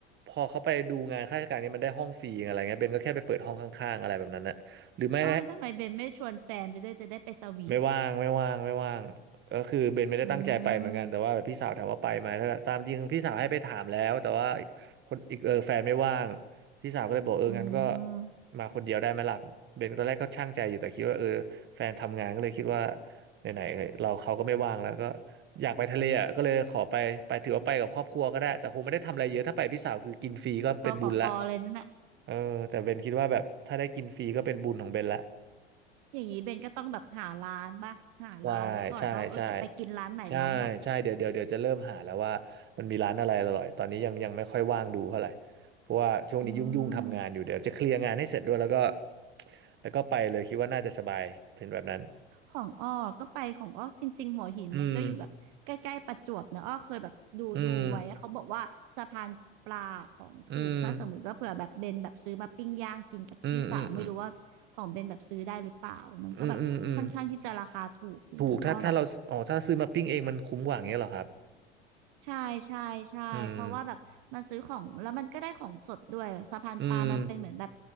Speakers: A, on the right (about 35°); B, on the right (about 55°).
A: พอเขาไปดูงานข้าราชการเนี่ยมันได้ห้องฟรีอะไรเงี้ยเบนก็แค่ไปเปิดห้องข้างๆอะไรแบบนั้นนะหรือไม่
B: อ๋อแล้วทำไมเบนไม่ชวนแฟนไปด้วยจะได้ไปสวีท
A: ไม่ว่างไม่ว่างไม่ว่างก็คือเบนไม่ได้ตั้งใจไปเหมือนกันแต่ว่าแบบพี่สาวถามว่าไปไหมถ้าตามจริงพี่สาวให้ไปถามแล้วแต่ว่า
B: อืม
A: คนอีกเออแฟนไม่ว่างพี่สาวก็เลยบอกเอองั้นก็
B: อืม
A: มาคนเดียวได้ไหมล่ะเบนตอนแรกก็ช่างใจอยู่แต่คิดว่าเออแฟนทำงานก็เลยคิดว่าไหนๆเราเขาก็ไม่ว่างแล้วก็อยากไปทะเลอ่ะก็เลยขอไปไปถือว่าไปกับครอบครัวก็ได้แต่คงไม่ได้ทำอะไรเยอะถ้าไปพี่สาวคือกินฟรีก็เป็นบุญละ
B: กอขอคอเลยนั่นน่ะ
A: เออแต่เบนคิดว่าแบบถ้าได้กินฟรีก็เป็นบุญของเบนละ
B: อย่างนี้เบนก็ต้องแบบหาร้านป่ะหาร้านไว้ก่อนป่ะว่าเออจะไปกินร้านไหนร้านไหน
A: ใช่ใช่ใช่ใช่ใช่เดี๋ยวเดี๋ยวเดี๋ยวจะเริ่มหาแล้วว่ามันมีร้านอะไรอร่อยตอนนี้ยังยังไม่ค่อยว่างดูเท่าไหร่เพราะว่าช่วงนี้ยุ่งยุ่งทำงานอยู่เดี๋ยวจะเคลียร์งานให้เสร็จด้วยแล้วก็
B: อืม
A: แล้วก็ไปเลยคิดว่าน่าจะสบายเป็นแบบนั้น
B: ของอ้อก็ไปของอ้อจริงๆหัวหินมันก็อยู่แบบใกล้ๆประจวบนะอ้อเคยแบบดูดูไว้อะเขาบอกว่าสะพานปลาของถูกถ้าสมมติว่าเผื่อแบบเบนแบบซื้อมาปิ้งย่างกินกับพี่สาวไม่รู้ว่าของเบนแบบซื้อได้หรือเปล่ามันก็แบบค่อนข้างที่จะราคาถูกอยู่นะอ้อแบบ
A: อืมอืมอืมอืมอืมอืมอืมอืมอืมถูกถ้าถ้าเราอ๋อถ้าซื้อมาปิ้งเองมันคุ้มกว่าอย่างเงี้ยเหรอครับ
B: ใช่ใช่ใช่เพราะว่าแบบมันซื้อของแล้วมันก็ได้ของสดด้วยสะพานปลามันเป็นเหมือนแบบ
A: อืมอืม